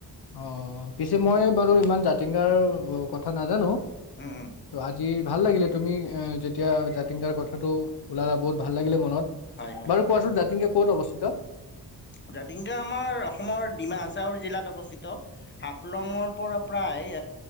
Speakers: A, on the left; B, on the left.
A: অ পিছে মই বাৰু ইমান জাতিংগাৰ কথা নাজানো।
B: উম, উম,
A: তো আজি ভাল লাগিলে তুমি এ যেতিয়া জাতিংকাৰা কথাটো ওলালা বহুত ভাল লাগিলে মনত।
B: হয়, হয়।
A: বাৰু কোৱাচোন জাতিংগা ক'ত অৱস্থিত?
B: জাত তিংগা আমাৰ অসমৰ ডিমা হাচাউও জিলাত অৱস্থ স্থিত হাফলঙৰ পৰা প্ৰায়